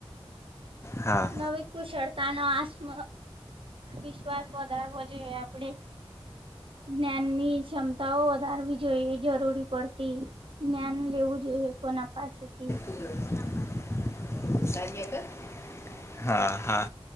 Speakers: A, on the left (about 25°); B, on the right (about 65°).
A: હા
B: નવી કુશળતાનો આસમ વિશ્વાસ વધારવો જોઈએ આપણે જ્ઞાનની ક્ષમતાઓ વધારવી જોઈએ જરૂરી પડતી. જ્ઞાન લેવું જોઈએ કોના પાસેથી.
A: <inaudible> હા હા